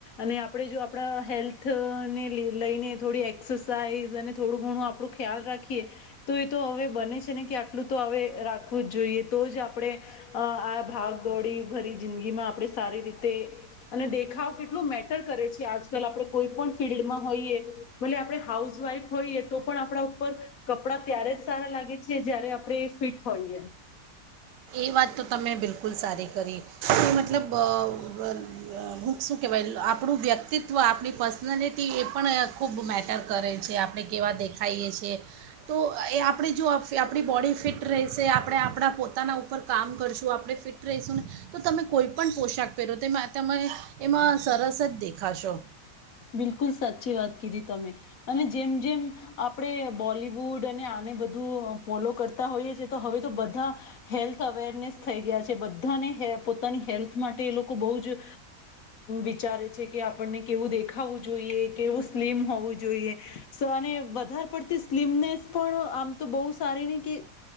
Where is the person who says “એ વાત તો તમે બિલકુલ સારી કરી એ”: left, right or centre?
Right